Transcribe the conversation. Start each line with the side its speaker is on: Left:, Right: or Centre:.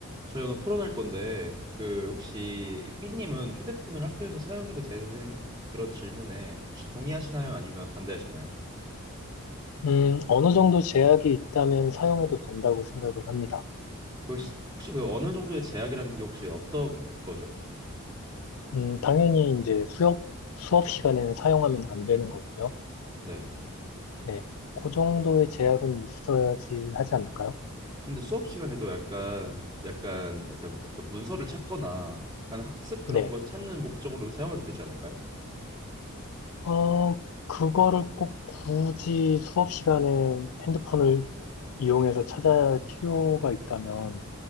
Right: 저희 오늘 토론할 건데 그 혹시 삐님은 휴대폰을 학교에서 사용해도 되는 그런 질문에 혹시 동의하시나요? 아니면 반대하시나요?
Left: 음, 어느 정도 제약이 있다면 사용해도 된다고 생각을 합니다.
Right: 그 혹시, 혹시 그 어느 정도의 제약이라는 게 혹시 어떤 거죠?
Left: 음, 당연히 이제 수업, 수업 시간에는 사용하면 안 되는 거고요.
Right: 네.
Left: 네. 그 정도의 제약은 있어야지 하지 않을까요?
Right: 근데 수업 시간에도 약간 약간 약간, 약간 문서를 찾거나 약간 학습 그런
Left: 네.
Right: 거 찾는 목적으로 사용해도 되지 않을까요?
Left: 어, 그거를 꼭 굳이 수업 시간에 핸드폰을 이용해서 찾아야 할 필요가 있다면,